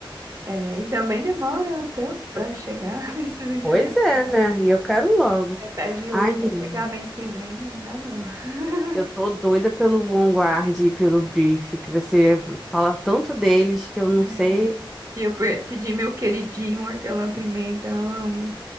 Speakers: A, on the right; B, in the centre.
A: é. E também demora tanto pra chegar <laughs> esses internacionais.
B: Pois é, né? E eu quero logo.
A: Você pede hoje
B: Ai, menina,
A: pra chegar mês que vem, ainda não. <laughs>
B: eu tô doida pelo Vanguard e pelo Brief, que você fala tanto deles que eu não
A: É.
B: sei.
A: E eu pe- pedi meu queridinho hortelã-pimenta, amo.